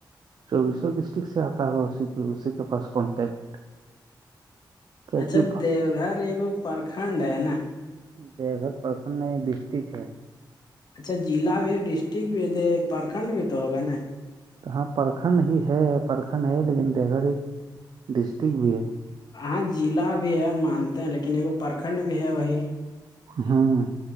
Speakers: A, on the right; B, on the left.
A: چوبیسو ڈسٹرکٹ سے آتا ہو اسی اسی کے پاس کانٹیکٹ کیا
B: اچھا
A: کہ
B: دیو گھر ایک پرکھنڈ ہے نا
A: ج پرکھنڈ میں ڈسٹرک ہے
B: اچھا ضلع بھی ہے ڈسٹرکٹ بھی د پرکھنڈ بھی تو ہوگا نا
A: ہاں پرکھنڈ ہی ہے پرکھنڈ ہے لیکن دیکگر ایک ڈسٹک بھی ہے
B: ہاں ضلع بھی ہے مانتے ہیں لیکن ایکگو پرکھنڈ بھی ہے وہی
A: ہاں